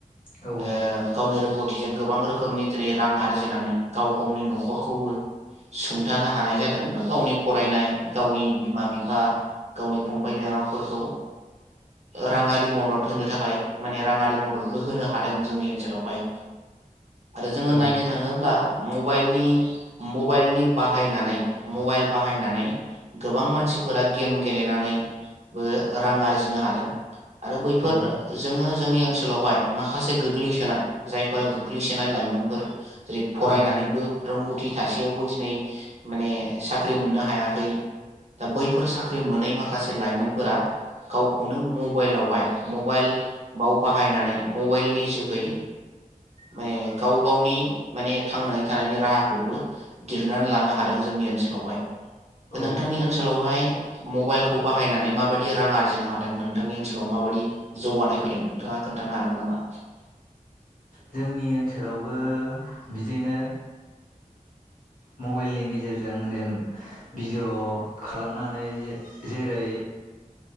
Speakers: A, on the left; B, on the right.
A: औ
B: ओ गावनि रोंगौ थिजों गोबां रोखोमनि दिनै रां आरजिनानै गाव गावनि नखरखौबो सुंथानो हानाय जादों बा गावनि फरायनाय गावनि बिमा बिफा गावनि फंबाय बिनानावफोरखौ राङारि मदद होनो थाखाय माने राङारि मददबो होनो हादों जोंनि ओनसोलावहाय। आरो जोङो
A: औ ओं
B: नायनो थाङोब्ला मबाइलनि मबाइलनि बाहायनानै मबाइल बाहायनानै गोबां मानसिफोरा गेम गेलेनानै बो रां आरजिनो हादों। आरो बैफोर
A: औ
B: जोङो जोंनि ओन ओनसोलावहाय माखासे गोग्लैसोनाय जायफोरा गोग्लैसोनाय लाइमोनफोर जेरै फरायनानैबो
A: ओं
B: रोंगौथि थासेयावबो दिनै माने साख्रि मोननो हायाखै दा बैफोर साख्रि मोनै माखासे लाइमोनफोरा गावखौनो मबाइलावहाय मबाइलाव बाहायनानै मबाइलनि जोहै माने गाव गावनि माने थांनानै थानायनि राहाखौबो दिहुननानै लानो हादों जोंनि ओनसोलावहाय।
A: औ
B: नोंथांनि ओनसोलावहाय मबाइल खौ बाहायनानै माबादि रां आरजिनो हादों नोंथांनि ओनसोलाव माबायदि जौगानाय फैदों नोंथाङा खोन्थानो हागोन नामा?
A: जोंनि ओनसोलावबो बिदिनो मबाइलनि गेजेरजों जेन भिडिय खालामनानै जेरै